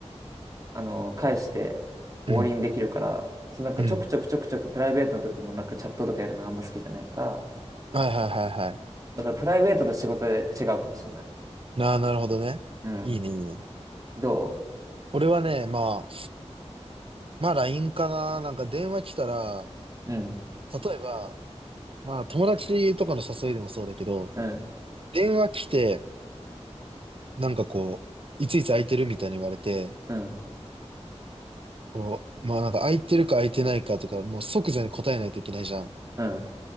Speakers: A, on the right; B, on the right.
A: あの、返して終わりにできるから、
B: うん、
A: そうなんかちょくちょくちょくちょくプライベートの時もなんかチャットとかやるのあんま好きじゃないから、
B: うん。はいはいはいはい。
A: だからプライベートと仕事で違うかもしれない。
B: なあ、なるほどね。
A: うん。
B: いいね、いいね。
A: ど
B: 俺はね、まあ、まあ LINE かな。なんか電話来たら、
A: ううん、
B: 例えば、まあ友達とかの誘いでもそうだけど、
A: うん、
B: 電話来て、なんかこう、いついつ空いてるみたいに言われて、
A: うん、
B: こう、まあなんか空いてるか空いてないかとか、もう即座に答えないといけないじゃん。
A: うん、